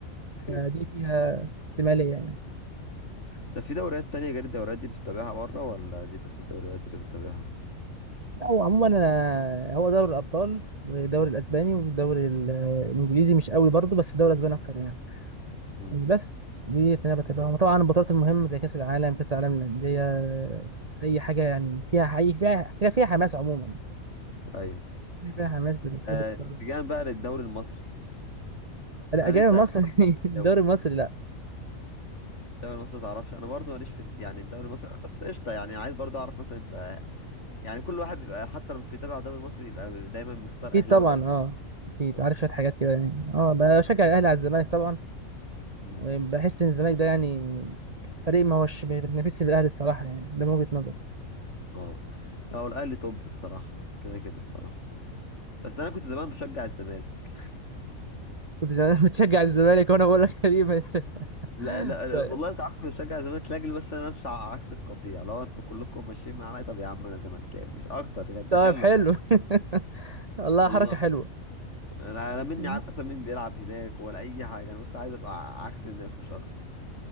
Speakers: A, on the left; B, on the right.
A: اوكي
B: آه، دي فيها احتمالية
A: طب في دوريات تانية غير الدوريات دي بتتابعها بره ولا دي بس الدوريات اللي بتتابعها؟
B: لا، هو عموما أنا هو دوري الأبطال والدوري الأسباني والدوري ال- الإنجليزي مش قوي برضه بس الدوري الأسباني أكتر يعني
A: امم
B: يعني بس دي اللي أنا بتابعها طبعا البطولات المهمة زي كأس العالم كأس العالم للأندية أي حاجة يعني فيها حقيقي فيها فيها فيها حماس عموما
A: ايوه
B: فيها حماس بتحب
A: آه
B: تتفرج
A: اتجاها بقى للدوري المصري
B: لا
A: هل
B: أجانب
A: انت
B: مصر <laughs> الدوري
A: الدوري
B: المصري لا
A: الدوري المصري ما تعرفش انا برضو ماليش في ال- يعني الدوري المصري بس قشطه يعني عايز برضو اعرف مثلا انت يعني كل واحد بيبقى حتى لو مش بيتابع الدوري المصري بيبقى دايما مختار
B: أكيد
A: اهلاوي
B: طبعا
A: او زمالكاوي.
B: أه أكيد
A: اه
B: عارف شوية حاجات كده يعني أه بشجع الأهلي على الزمالك طبعا
A: امم
B: وبحس إن الزمالك ده يعني فريق ما هوش بيتنافسش بالأهلي الصراحة يعني ده من وجهة نظري
A: اه هو الاهلي توب الصراحه كده كده بصراحه بس انا كنت زمان بشجع الزمالك
B: كنت زمان <laughs> بتشجع الزمالك وانا بقول لك غريبه انت.
A: لا لا لا،
B: طيب
A: والله انت عارف كنت بشجع الزمالك لاجل بس انا امشي على عكس القطيع لو انتوا كلكم ماشيين معايا طب يا عم انا زملكاوي مش اكتر يعني تخلف
B: طيب حلو <laughs> والله
A: والله
B: حركه حلوه
A: انا أنا مني
B: مم.
A: عارف اصلا مين بيلعب هناك ولا اي حاجه انا بس عايز ابقى عكس الناس مش اكتر